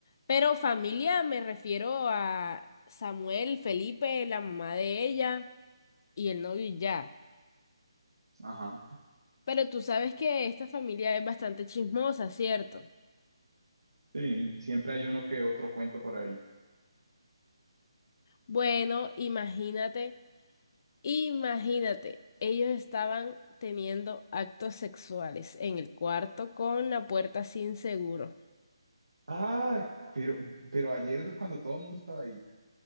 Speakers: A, on the left; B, on the right.
A: Pero familia me refiero a Samuel, Felipe, la mamá de ella y el novio y ya.
B: Ajá.
A: Pero tú sabes que esta familia es bastante chismosa, ¿cierto?
B: Sí, siempre hay uno que otro cuento por ahí.
A: Bueno, imagínate, imagínate, ellos estaban teniendo actos sexuales en el cuarto con la puerta sin seguro.
B: Ah, pero, pero ayer cuando todo el mundo estaba ahí,